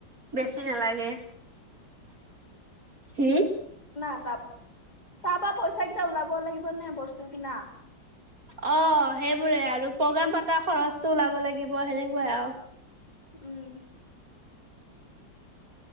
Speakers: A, on the right (about 50°); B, on the left (about 20°).
A: বেছি নালাগে। হম
B: না তাৰপা, তাৰ পা পইচা কেইটা ওলাব লাগিব নে বস্তু কিনা?
A: অ' সেইবোৰে আৰু প্ৰগ্ৰেম পাতা খৰচটো ওলাব লাগিব সেনেকুৱাই আৰু।
B: উম।